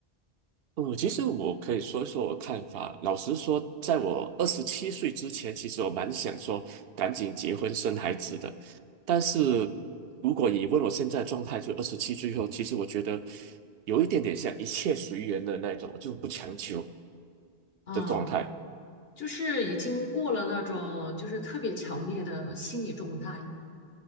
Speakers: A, on the right; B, on the left.
A: 嗯，其实我可以说一说我看法。老实说，在我二十七岁之前，其实我蛮想说赶紧结婚生孩子的。但是如果你问我现在的状态，就二十七岁后，其实我觉得有一点点像一切随缘的那种，我就不强求
B: 啊，
A: 的状态。
B: 就是已经过了那种就是特别强烈的心理状态